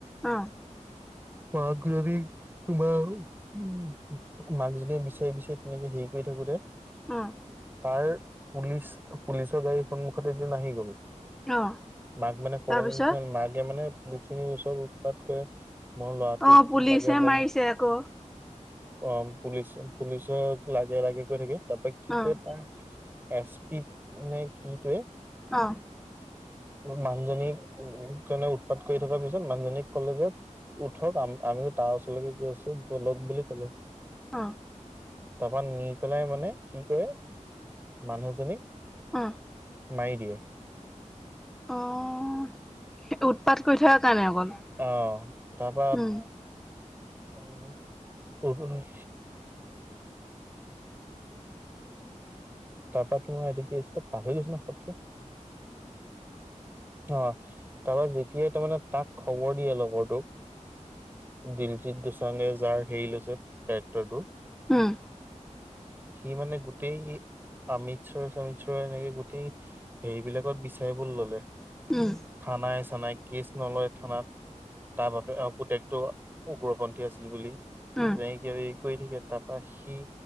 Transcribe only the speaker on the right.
মাক জনি - তোমাৰ উ মাক জনী বিচাৰি বিচাৰি তেনেকে হেৰি কৰি থাকোতে
তাৰ পুলিচ পুলিচৰ গাড়ীৰ সন্মুখত এদিন আহি গল
মাক মানে সবলে
নিচনা মাকে মানে পুলিচখিনিৰ ওচৰত উৎপাত কৰে মই ল'ৰাটো
লাগে ম
অ পুলিচ পুলিচক লাগে লাগে কৈ থাকে তাৰপৰা কি
কৰে তাৰ এছ পি নে কিতোৱে
মানুহজনীক কাৰণে উৎপাত কৰি থকাৰ পিছত মানুহজনীক কলেজত উঠক আ আমিও তাৰ ওচৰলৈকে গৈ আছো বলক বুলি কলে
তাৰপা নি পেলাই মানে কি কৰে মানুহজনীক
মাৰি দিয়ে
অ তাৰপা
কৰ্টলৈ তাৰপৰা তোমাৰ এটো কি আছিলে পাহৰি গৈছো নহয় পতকে অ তাৰপৰা যেতিয়াই তাৰ মানে তাক খবৰ দিয়ে লগৰটোক দিলজিত দোচাঙে যাৰ হেৰি লৈছে কেৰেক্টাৰটো
সি মানে গোটেই সি আমিতসৰ চমিতচ্বৰ এনেকে গোটেই হেৰিবলাকত বিচাৰিব ললে
থানাই চানাই কেচ নলয় থানাত তাৰ বাপেক অ পুতেক টো উগ্ৰপন্থী আছিল বুলি
তেনেকিয় কৰি থাকে তাত বা সি